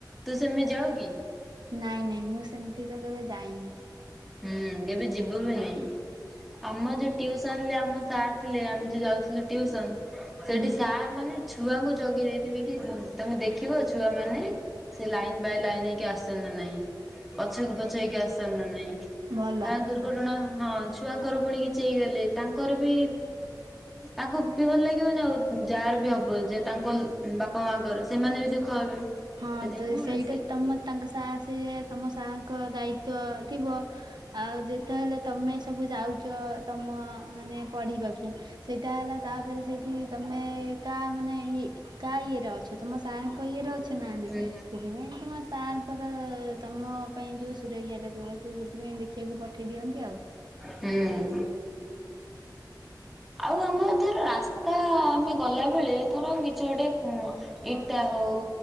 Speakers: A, in the centre; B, on the right.
A: ତୁ ସେମିତ ଯାଉ କି?
B: ନାଇଁ ନାଇଁ ମୁଁ ସେମତି ତ କେବେ ଯାଇନି।
A: ହୁଁ କେବେ ଯିବୁ ବି ନାଇଁ ଆମ ଯୋଉ ଟିୟୁ ସନରେ ଆମ ସାର୍ ଥିଲେ ଆମେ ଯୋଉ ଯାଉଥିଲୁ ଟିୟୁସନ ସେଠି
B: ହୁଁ
A: ସାର୍ ମାନେ ଛୁଆଙ୍କୁ ଜଗେଇ ଦେଇଥିବେ କି ଉଁ ତମେ ଦେଖିବ ଛୁଆ ମାନେ ସେ ଲାଇନ୍ ବାଇ ଲାଇନ୍ ହେଇକି ଆସୁଚନ୍ତି ନା ନାଇଁ ପଛକୁ ପଛ ହେଇକି ଆସଚନ୍ତି ନା ନାଇଁ।
B: ଭଲ।
A: ଆ ଦୁର୍ଘଟଣା ହଁ ଛୁଆଙ୍କର ପୁଣି କିଛି ହେଇଗଲେ ତାଙ୍କର ବି ତାଙ୍କୁ ପି ଭଲ ଲାଗିବନା ଆଉ ଯାହାର ବି ହବ ଯେ ତାଙ୍କ ଉଁ ବାପା ମାଙ୍କର ସେମାନେ ବି ଦୁଃଖ ହେବେ।
B: ହଁ
A: ସେଥିପାଇଁ
B: ତ
A: କଣ
B: ସେଇଟା
A: ସେ
B: ତମ ତାଙ୍କ ସାର୍ ସେଇଆ ତମ ସାରଙ୍କ ଦାୟିତ୍ବ ଥିବ। ଆଉ ଯେତେ ହେଲେ ତମେ ସବୁ ଯାଉଚ ତମ ମାନେ ପଢିବାକୁ। ସେଇଟା ହେଲା ତାପେରେ ସେଇଠି ତମେ ଏକା ମାନେ ଇଏ କା ଇଏରେ ଅଛ ତମ ସାର୍ ଙ୍କ ଇଏରେ ଅ ସେ ନାହାଁନ୍ତି।
A: ହୁଁ
B: ସେଥିପାଇଁ ତମ ସାରଙ୍କର ତମ ପାଇଁ ଯୋଉ ସୁରକ୍ଷା ଟା ଥିବ ସିଏ ସେ ଥିପାଇଁ ଦେଖିଆକୁ ପଠେଇ ଦିଅନ୍ତି ଆଉ।
A: ହୁଁ। ଆଉ ଆମର ଥର ରାସ୍ତା ଆମେ ଗଲା ବେଳେ ଥର କିଛି ଗୋଟେ ଉଁ ଇଟା ହୋଉ